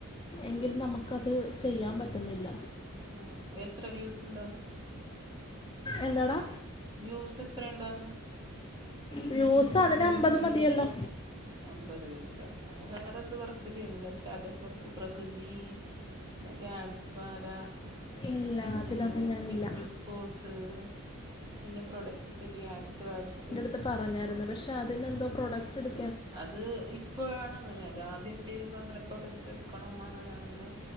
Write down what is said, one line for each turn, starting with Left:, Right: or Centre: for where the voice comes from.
Left: എങ്കിൽ നമുക്കത് ചെയ്യാൻ പറ്റുന്നില്ല
Right: ആഹ് എത്ര വ്യൂസ് ഉണ്ടാന്ന്
Left: എന്താടാ?
Right: വ്യൂസ് എത്ര ഇണ്ടാന്നു?
Left: വ്യൂസ് അതിന് അമ്പത് മതിയല്ലോ
Right: അമ്പത് വ്യൂസ് ആഹ് വേറെന്ത് വർക്ക് ചെയ്യുന്നില്ല സ്റ്റാറ്റസ് വർക്ക് പ്രകൃതി മറ്റേ ആഡ്സ് വാല
Left: ഇല്ല
Right: പിന്നെ
Left: അതിലൊന്നും ഞാനില്ല
Right: പിക്കിൾസ് പോട്ട് പിന്നെ പ്രൊഡക്ട് സെല്ലി ആക്ക്വാഡ്സ്
Left: അത് പറഞ്ഞായിരുന്നു പക്ഷെ അതിനെന്തോ പ്രോഡക്ട് എട്
Right: അത് ഇപ്പോഴാണ് അങ്ങനെ അത് ആദ്യം ചേരുമ്പോ അങ്ങനെ പ്രൊഡക്ട് എടുക്കണം അങ്ങനെ ഒന്നും